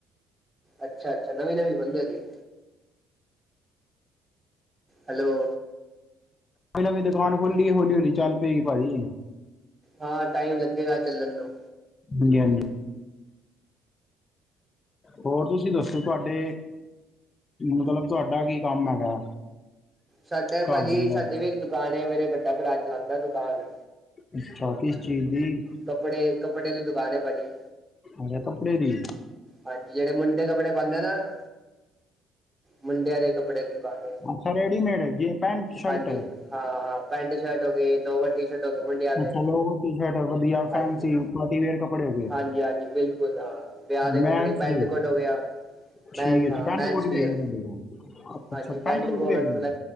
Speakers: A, on the right; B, on the left.
A: ਅੱਛਾ, ਅੱਛਾ ਨਵੀਂ, ਨਵੀਂ ਖੋਲੀ ਹਜੇ। ਹੈਲੋ।
B: ਨਵੀਂ, ਨਵੀ ਦੁਕਾਨ ਖੋਲੀ ਹੌਲੀ, ਹੌਲੀ ਚੱਲ ਪਏਗੀ ਭਾਜੀ।
A: ਹਾਂ ਟਾਈਮ ਲੱਗੇਗਾ ਚੱਲਣ ਨੂੰ।
B: ਹਾਂਜੀ, ਹਾਂਜੀ। ਹੋਰ ਤੁਸੀਂ ਦੱਸੋ ਤੁਹਾਡੇ, ਮਤਲਬ ਤੁਹਾਡਾ ਕੀ ਕੰਮ ਹੈਗਾ?
A: ਸਾਡੇ
B: ਘਰ
A: ਭਾਜੀ
B: ਦਾ
A: ਸਾਡੀ ਵੀ ਇੱਕ ਦੁਕਾਨ ਹੈ ਮੇਰੇ ਵੱਡਾ ਭਰਾ ਚਲਾਉਂਦਾ ਦੁਕਾਨ।
B: ਅੱਛਾ ਕਿਸ ਚੀਜ਼ ਦੀ।
A: ਕੱਪੜੇ, ਕੱਪੜੇ ਦੀ ਦੁਕਾਨ ਹੈ ਭਾਜੀ‌।
B: ਅੱਛਾ ਕੱਪੜੇ ਦੀ
A: ਹਾਂਜੀ ਜਿਹੜੇ ਮੁੰਡੇ ਕੱਪੜੇ ਪਾਉਂਦੇ ਆ ਨਾ। ਮੁੰਡਿਆਂ ਦੇ ਕੱਪੜੇ ਦੀ ਦੁਕਾਨ ਹੈ,
B: ਅੱਛਾ ਰੈਡੀਮੇਡ ਜਿਵੇਂ ਪੈਂਟ ਸ਼ਰਟ
A: ਹਾਂਜੀ। ਹਾਂ, ਹਾਂ ਪੈਂਟ ਸ਼ਰਟ ਹੋ ਗਏ, ਲੋਵਰ ਟੀ ਸ਼ਰਟ ਹੋ ਗਏ, ਮੁੰਡਿਆਂ
B: ਅੱਛਾ
A: ਦੇ।
B: ਲੋਵਰ ਟੀ ਸ਼ਰਟ ਵਧੀਆ
A: ਹਾਂਜੀ,
B: ਫੈਂਸੀ ਪਾਰਟੀ ਵੇਅਰ ਕੱਪੜੇ ਹੋ ਗਏ
A: ਹਾਂਜੀ, ਹਾਂਜੀ ਬਿਲਕੁਲ ਹਾਂ ਵਿਆਹ ਦੇ ਕੱਪੜੇ
B: ਮੈਨਸ
A: ਪੈਂਟ
B: ਦੇ
A: ਕੋਟ। ਹੋ ਗਿਆ।
B: ਠੀਕ
A: ਮਨ
B: ਹੈ ਅੱਛਾ
A: ਹਾਂ
B: ਪੈਂਟ
A: ਮੈਨਸ
B: ਕੋਟ ਵੀ
A: ਵੀਅਰ
B: ਹੈਗੇ ਨੇ ਤੁਹਾਡੇ ਕੋਲ
A: ਹਾਂਜੀ
B: ਅੱਛਾ
A: pant coat.
B: ਵੀ ਹੈਗੇ